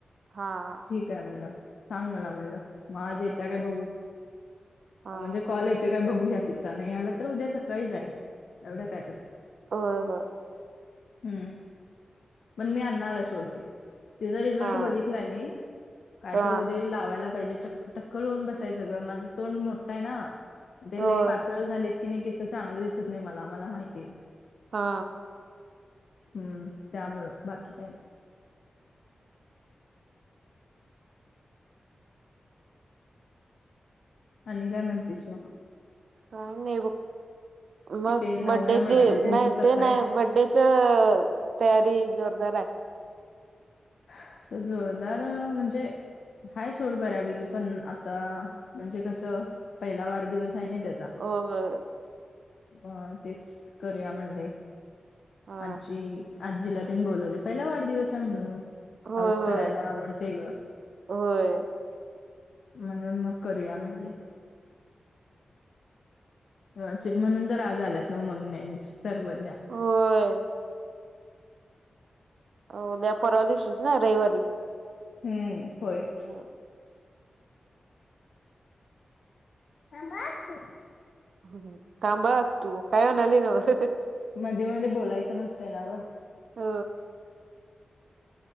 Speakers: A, on the right; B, on the left.
A: हा
B: ठीक आहे म्हणलं सांग मला म्हणलं मग आज
A: हम्म
B: येतं काय बऊू
A: हा
B: म्हणजे कॉल येतो काय बघूया तिचा नाही आला तर उद्या सकाळी जाईल एवढं काय तर
A: हो हो
B: हम्म पण मी आणणार आहे सोडते तिचा रिझल्ट
A: हा
B: बघितला मी काय
A: हा
B: तर उद्या लावायला पाहिजे चक्कटक कल होऊन बसायचं ग माझं तोंड मोठं आहे ना ते
A: होय
B: लई पातळ झाली कि नाही केस चांगलं दिसत नाही मला मला माहिती
A: हा
B: हम्म त्यामुळ बाकी पा आणि काय म्हणतेस मग?
A: काय नाही बघ मग
B: ते लावूया
A: बड्डेची
B: म्हणाले त्यांचं
A: नाही
B: कसं
A: ते
B: आहे?
A: नाही बडडे च तयारी जोरदार आहे
B: अस जोरदार म्हणजे हाय सोड बऱ्यापैकी पण आता म्हणजे कसं पहिला वाढदिवस आहे ना त्याचा
A: हो
B: अ तेच करूया म्हणडे
A: हा
B: आजज आजीला त्यांनी बोलवले पहिला वाढदिवस आहे म्हणून
A: होय
B: हाऊस
A: होय
B: करायला आवडते ग
A: होय
B: म्हणून मग करूया म्हणले म्हणून तर आज आल्यात ना मम्मी आणि सर्वज्ञ
A: होय हो द्या परवा दिवशस ना रविवारी
B: हम्म होय
A: हो
B: थांब अतू
A: हम् थांब ह आतू काय आणायला गिल्या बग
B: मध्ये मध्ये बोलायचं नसते ना ग
A: हा